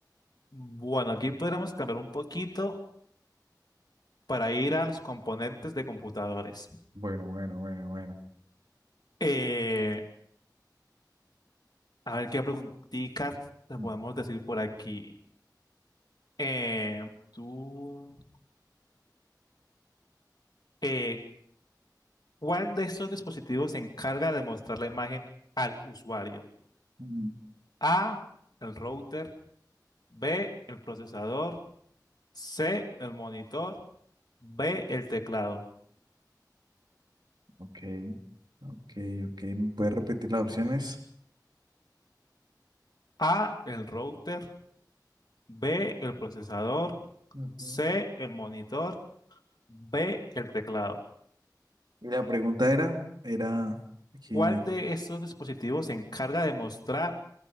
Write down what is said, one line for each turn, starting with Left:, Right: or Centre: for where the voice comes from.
Left: Bueno, aquí podríamos cambiar un poquito para ir a los componentes de computadores.
Right: Bueno, bueno, bueno, bueno.
Left: Eh, a ver qué preguntitas te
Right: Mm,
Left: podemos decir por aquí. Eh, tú, eh, ¿cuál de estos dispositivos se encarga de mostrar la imagen al usuario?
Right: mm,
Left: A, el router, B, el procesador, C, el monitor, B, el teclado.
Right: Ok, ok, ok. ¿Me puedes repetir las opciones?
Left: A, el router, B, el procesador,
Right: Ujú.
Left: C, el monitor, B, el teclado.
Right: Y la pregunta era, era aquí.
Left: ¿Cuál de estos dispositivos se encarga de mostrar